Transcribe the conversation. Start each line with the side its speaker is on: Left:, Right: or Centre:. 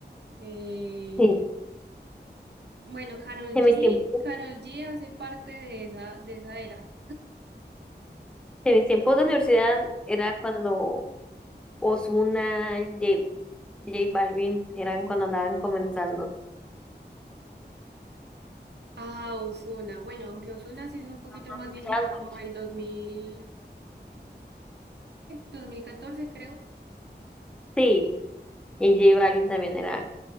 Right: Eh,
Centre: Sí,
Right: bueno, Karol
Centre: en
Right: G,
Centre: mis tiempos,
Right: Karol G hace parte de esa, de esa era.
Centre: en mis tiempos de universidad era cuando Ozuna, J, J Balvin, eran cuando andaban comenzando.
Right: Ah, Ozuna. Bueno, aunque Ozuna sí es un poquito
Centre: No, no
Right: más
Centre: se escuchaban
Right: viejito,
Centre: mucho.
Right: como el 2015, 2014 creo.
Centre: Sí, y J Balvin también era